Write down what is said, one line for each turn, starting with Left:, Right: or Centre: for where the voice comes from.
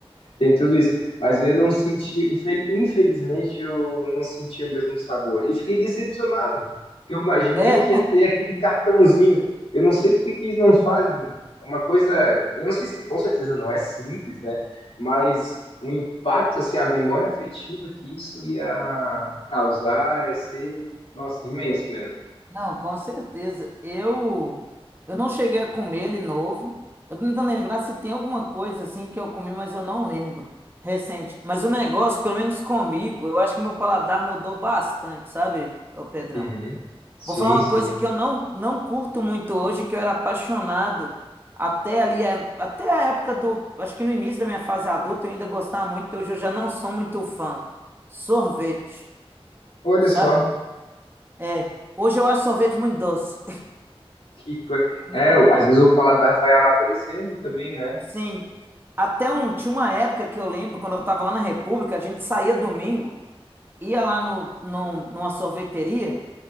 Left: tem tudo isso, mas eu não senti, infel- infelizmente eu não senti o mesmo sabor e fiquei decepcionado, porque eu imaginei
Right: É,
Left: que ia ter aquele cartãozinho. Eu não sei por que que eles não fazem uma coisa, eu não sei se, com certeza não é simples, né? Mas o impacto, assim, a memória afetiva que isso ia causar ia ser, nossa, imenso mesmo.
Right: não, com certeza. Eu eu não cheguei a comer ele novo. Eu tô tentando lembrar se tem alguma coisa assim que eu comi, mas eu não lembro. Recente. Mas o negócio, pelo menos comigo, eu acho que meu paladar mudou bastante, sabe, ô Pedrão?
Left: Uhum. Sim,
Right: Vou falar uma
Left: sim.
Right: coisa que eu não, não curto muito hoje, que eu era apaixonado até ali, é, até a época do. Acho que no início da minha fase adulta eu ainda gostava muito, hoje eu já não sou muito fã. Sorvete,
Left: Olha
Right: sabe?
Left: só.
Right: É. Hoje eu acho sorvete muito doce.
Left: Que coisa.
Right: Normal.
Left: É, o- às vezes o paladar vai amadurecendo também, né?
Right: Sim. Até um, tinha uma época que eu lembro, quando eu tava lá na República, a gente saía domingo, ia lá no, num- numa sorveteria.